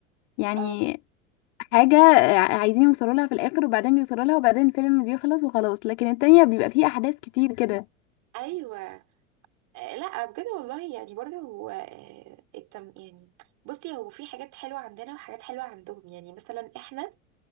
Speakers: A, on the left (about 55°); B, on the right (about 45°).
A: يعني
B: أو
A: حاجة ع- عايزين يوصلوا لها في الاخر وبعدين بيوصلوا لها وبعدين الفيلم بيخلص وخلاص لكن التانية بيبقى فيه احداث كتير كده
B: أيوة آه، لا بجد والله يعني برضو هو آه، التم يعني بصي هو في حاجات حلوة عندنا وحاجات حلوة عندهم يعني مثلا احنا